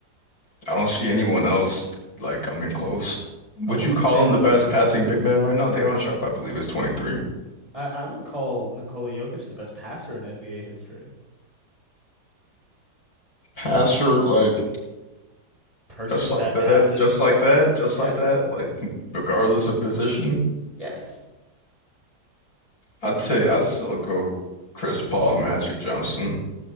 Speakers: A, on the left; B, on the right.
A: I don't see anyone else like coming close. Would
B: How old
A: you
B: is
A: call
B: Daron
A: him the best
B: Sharp?
A: passing big man right now? Daron Sharp, I believe, is 23.
B: I, I would call Nikola Jokic the best passer in NBA history.
A: Passer, like
B: Person
A: Just like
B: that
A: that,
B: passes
A: just
B: the ball.
A: like that, just
B: Yes.
A: like that, like regardless of position,
B: Yes.
A: I'd say I'd still go Chris Paul, Magic Johnson,